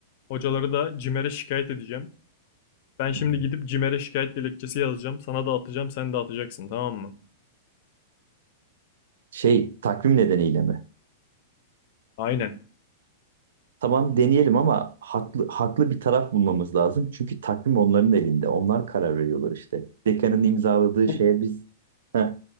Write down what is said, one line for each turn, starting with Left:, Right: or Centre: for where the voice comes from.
Left: Hocaları da CİMER'e şikayet edeceğim. Ben şimdi
Right: Hmm.
Left: gidip CİMER'e şikayet dilekçesi yazacağım. Sana da atacağım, sen de atacaksın tamam mı?
Right: şey takvim nedeniyle mi?
Left: Aynen.
Right: Tamam deneyelim ama haklı haklı bir taraf bulmamız lazım. Çünkü takvim onların elinde. Onlar karar veriyorlar işte. Dekanın imzaladığı
Left: Bul-
Right: şeye biz Heh.